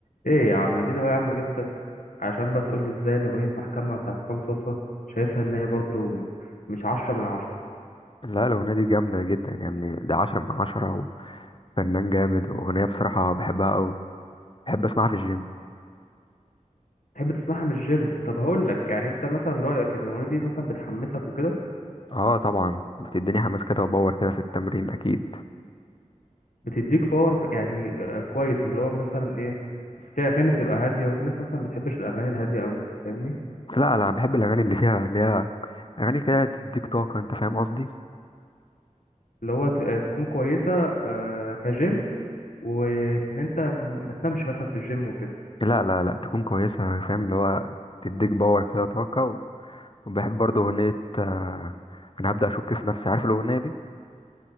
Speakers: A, on the left; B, on the left.
A: ايه يا عم اديني هو يا عم جبتك عشان بقى تقول لي ازاي ان اغنيه محكمه بتاعت عصام صوصه شايفها ان هي برضو م- مش عشرة من عشرة
B: لا الأغنية دي جامدة جدا يا ابني دي عشرة من عشرة وفنان جامد وأغنية بصراحة بحبها أوي بحب أسمعها في الجيم
A: تحب تسمعها من الجيم طب هقول لك يعني انت مثلا رايك ان الاغنيه دي مثلا بتحمسك وكده
B: اه طبعا بتديني حماس كده وباور كده في التمرين أكيد
A: بتديك باور يعني آه، كويس من اللي هو مثلا ايه بس في اغاني بتبقى هاديه وفي ناس مثلا بتحبش الاغاني الهاديه قوي انت فاهمني
B: لا لا بحب الأغاني اللي فيها اللي هي أغاني كده تديك طاقة أنت فاهم قصدي
A: اللي هو ت- آه، تكون كويسه آه، كجيم وان انت ما تنامش مثلا في الجيم وكده
B: لا لا لا تكون كويسة فاهم اللي هو تديك باور كده طاقة وبحب برضه أغنية آه، أنا هبدأ أشك في نفسي عارف الأغنية دي